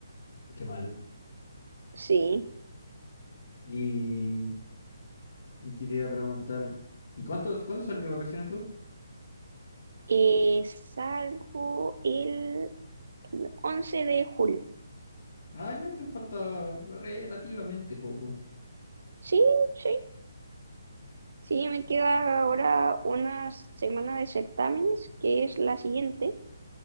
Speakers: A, on the left; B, on the right.
A: Qué mal.
B: Sí.
A: Y, y quería preguntar, ¿y cuántos, cuándo salís de vacaciones tú?
B: Eh, salgo el 11 de julio.
A: Ah, ya te falta relativamente poco.
B: Sí, sí. Sí, me queda ahora una semana de certámenes, que es la siguiente.